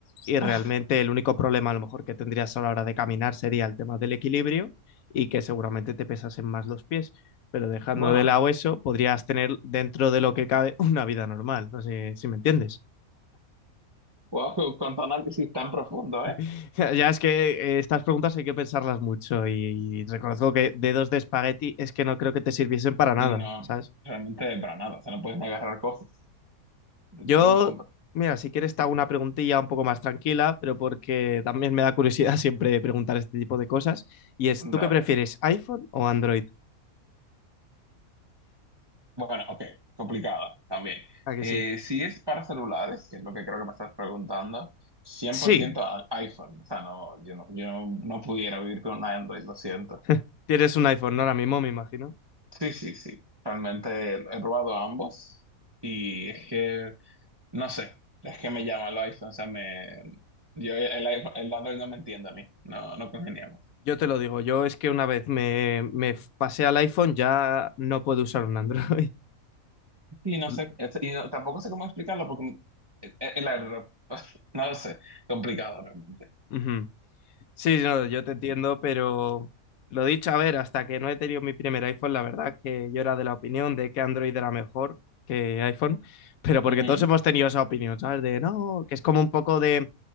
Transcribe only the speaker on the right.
<laughs>
Bueno,
wow, cuánto análisis tan profundo, ¿eh?
Sí, no,
realmente para nada, o sea, no puedes ni agarrar cosas. Buen
punto.
Dale.
Bueno, ok, complicada también.
Eh,
si es para celulares, que es lo que creo que me estás preguntando, 100%
a- iPhone. O sea, no, yo no, yo no, no pudiera vivir con un Android, lo siento.
Sí, sí, sí. Realmente he probado ambos y es que, no sé, es que me llama el iPhone, o sea, me, yo, el, iPhone- el Android no me entiende a mí, no, no congeniamos.
Y no
sé, es- y no- tampoco sé cómo explicarlo porque eh, eh, la verdad, <laughs> no lo sé, complicado realmente.
Ujú.